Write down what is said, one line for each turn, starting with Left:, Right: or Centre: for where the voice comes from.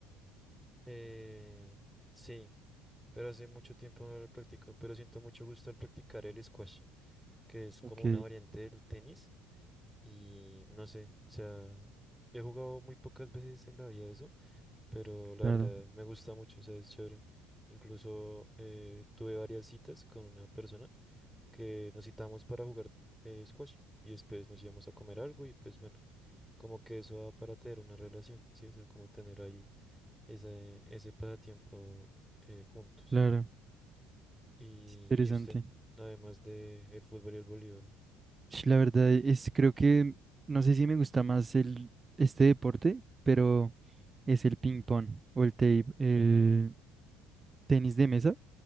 Centre: Eh, sí. pero hace mucho tiempo no lo practico, pero siento mucho gusto al practicar el squash, que es como
Right: Ok,
Centre: una variante del tenis y no sé, o sea, he jugado muy pocas veces en la vida eso, pero la
Right: claro,
Centre: verdad me gusta mucho, o sea, es chévere. Incluso eh, tuve varias citas con una persona que nos citamos para jugar eh, squash y después nos íbamos a comer algo y pues bueno, como que eso da para tener una relación, ¿sí? O sea, como tener ahí ese, ese pasatiempo eh, juntos.
Right: claro,
Centre: ¿Y,
Right: es interesante.
Centre: y usted, además de el fútbol y el voleibol,
Right: Sh, La verdad es, creo que, no sé si me gusta más el, este deporte, pero es el ping pong o el, te- el tenis de mesa.